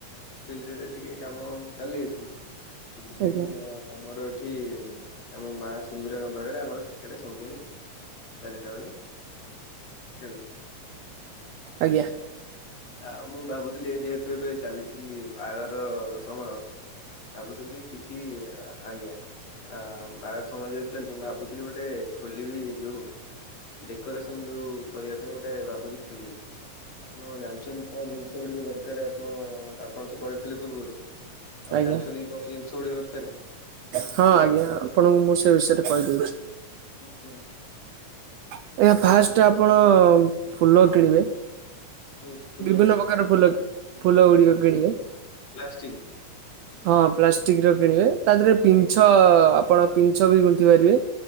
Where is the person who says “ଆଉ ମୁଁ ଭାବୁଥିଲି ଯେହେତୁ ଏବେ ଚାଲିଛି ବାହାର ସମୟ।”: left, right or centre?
Left